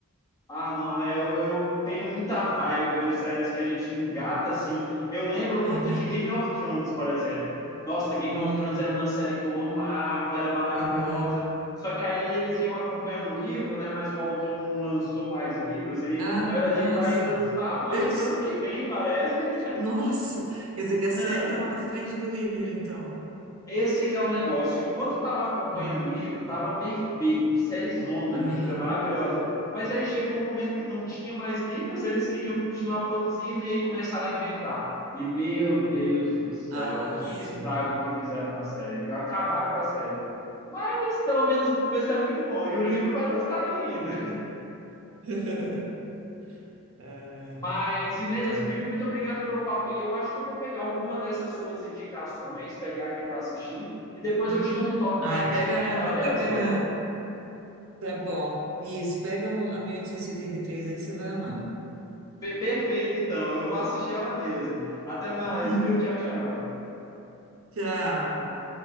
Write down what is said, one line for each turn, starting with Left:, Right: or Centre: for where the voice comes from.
Left: ah, não, é, eu, eu tenho muita raiva de séries que a gente engata assim. Eu lembro muito
Right: Aham,
Left: de Game of Thrones, por exemplo. Nossa, Game
Right: hum,
Left: of Thrones era uma série que eu amava, era maravilhosa.
Right: aham.
Left: Só que aí eles iam acompanhando o livro, né? Mas o autor não lançou mais livros. Ele,
Right: Ah,
Left: na verdade,
Right: nossa!
Left: ele vai lançar mais
Right: <laughs>
Left: ano que vem, parece.
Right: Nossa! Quer dizer que a série
Left: Não.
Right: estava na frente do livro, então.
Left: Esse que é o negócio. Enquanto eu estava acompanhando
Right: Hum,
Left: o livro, estava perfeito, série zona,
Right: aham.
Left: linda, maravilhosa. Mas aí chegou um momento que não tinha mais livros, eles queriam continuar produzindo e aí começaram a inventar. E meu Deus do céu,
Right: Nossa!
Left: que estrago que fizeram na série, viu? Acabaram com a série. Mas pelo menos o começo é muito bom e o livro vai lançar ainda.
Right: <laughs> Ai.
Left: Mas Inês,
Right: tá.
Left: viu? Muito obrigado pelo papo aí. Eu acho que eu vou pegar alguma dessas suas indicações, pegar aqui para assistir e depois
Right: Uhum.
Left: eu te dou um toque
Right: Ah,
Left: para a gente
Right: pega,
Left: comentar delas,
Right: pega.
Left: viu?
Right: Tá bom. Isso, pega um- a 1873 aí que você vai amar.
Left: Pe- Perfeito, então. Eu vou assistir ela mesmo. Até mais,
Right: Uhum.
Left: viu? Tchau, tchau.
Right: Tchau.